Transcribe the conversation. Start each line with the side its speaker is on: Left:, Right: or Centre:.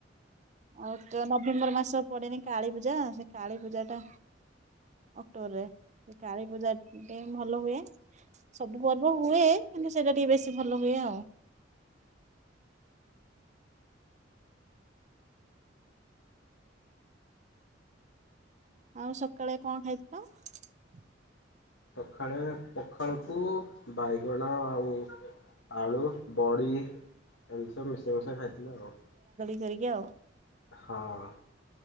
Right: ଆଉ ତ ନଭେମ୍ବର ମାସ ପଡେନି କାଳୀ ପୂଜା ସେ କାଳୀ ପୂଜା ଟା ଅକ୍ଟୋବରରେ କାଳୀ ପୂଜାଟେ ଭଲ ହୁଏ ସବୁ ପର୍ବ ହୁଏ। କିନ୍ତୁ ସେଇଟା ଟିକେ ବେଶୀ ଭଲ ହୁଏ ଆଉ। ଆଉ ସକାଳେ କଣ ଖାଇଛି ତ?
Left: ସଖାଳେ ପଖାଳକୁ ବାଇଗଣ ଆଉ ଆଳୁ ବଡ଼ି ଏମିତି ସବୁ ମିଶେଇ ମିଶା ଖାଇଥିଲୁ ଆଉ।
Right: ଦେଇକି ଆଉ।
Left: ହଁ।